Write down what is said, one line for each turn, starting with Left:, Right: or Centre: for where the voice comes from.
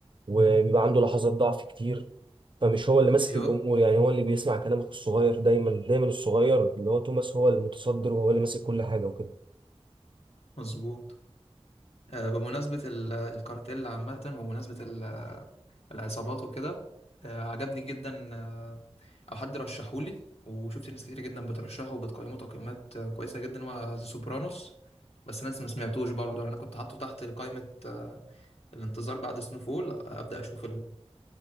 Right: وبيبقى عنده لحظات ضعف كتير فمش هو اللي ماسك
Left: ايوه
Right: الأمور يعني هو اللي بيسمع كلام أخوه الصغير دايما دايما الصغير اللي هو توماس هو اللي متصدر وهو اللي ماسك كل حاجة وكده
Left: مظبوط آه، بمناسبه ال- الكارتيل عامه ومناسبه ال- العصابات وكده آه، عجبني جدا آه، او حد رشحه لي وشفت ناس كتير جدا بترشحه وبتقيمه تقييمات آه، كويسه جدا هو ذا سوبرانوس بس انا لسه ما سمعتوش برضه يعني انا كنت حاطه تحت قائمه آه، الانتظار بعد سنوفول آه، ابدا اشوف